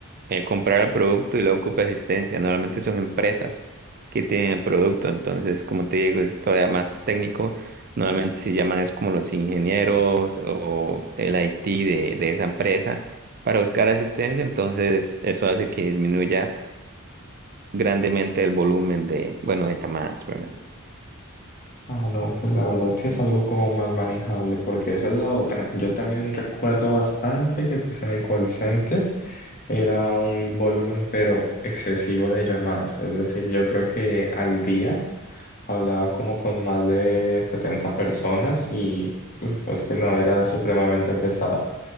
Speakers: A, on the right; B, on the left.
A: eh, comprar el producto y luego ocupe asistencia, normalmente son empresas que tienen el producto, entonces como te digo, es todavía más técnico, normalmente se llaman es como los ingenieros o el IT de, de esa empresa para buscar asistencia, entonces eso hace que disminuya grandemente el volumen de, bueno, de llamadas, ¿verdad?
B: Ah, no, pues la verdad sí es algo como más manejable, porque esa es la otra. Yo también recuerdo bastante que pues en el call center era un volumen pero excesivo de llamadas, es decir, yo creo que al día hablaba como con más de 70 personas y uf, es que no era supremamente pesado.